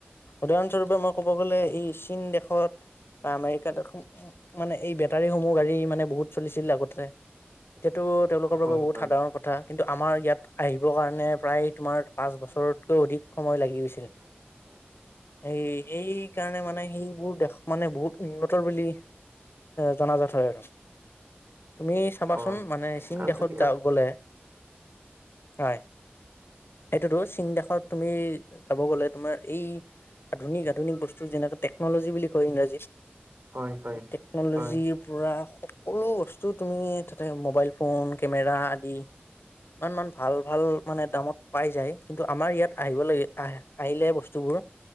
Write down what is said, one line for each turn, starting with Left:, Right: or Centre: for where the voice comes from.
Left: উদাহৰণস্বৰূপে মই ক'ব গ'লে এই চীন দেশত আমেৰিকাত এখন মানে এই বেটাৰীসমূহ গাড়ী মানে বহুত চলিছিল আগতে। এতিয়াতো তেওঁলোকৰ
Right: হয়
Left: বাবে বহুত
Right: হয়
Left: সাধাৰণ কথা। কিন্তু, আমাৰ ইয়াত আহিবৰ কাৰণে প্ৰায় তোমাৰ পাঁচ বছৰতকৈও অধিক সময় লাগি গৈছিল।
Right: উম।
Left: এই, এই সেইকাৰণে মানে সেইবোৰ দেশ মানে বহুত উন্নতৰ বুলি জনাজাত হয় আৰু। তুমি চাবাচোন
Right: হয়
Left: মানে চীন
Right: আৰু
Left: দখতা
Right: তুমি ইয়াত
Left: গলে হয়। এইটো দোজ চীন দখত তুমি যাব গলে তোমাৰ এই আধুনিক আধুনিক বস্তু যেনেটো টেকনলজী বুলি কয় ইংৰাজীত।
Right: হয় হয়
Left: টেকনলজিৰ
Right: হয়
Left: পৰা সকলো বস্তু তুমি মোবাইল ফোন কেমেৰা আদি ইমান মান ভাল ভাল মানে দামত পাই যায়। কিন্তু, আমাৰ ইয়াত আহিব লাগে আহ আহিলে বস্তুবোৰ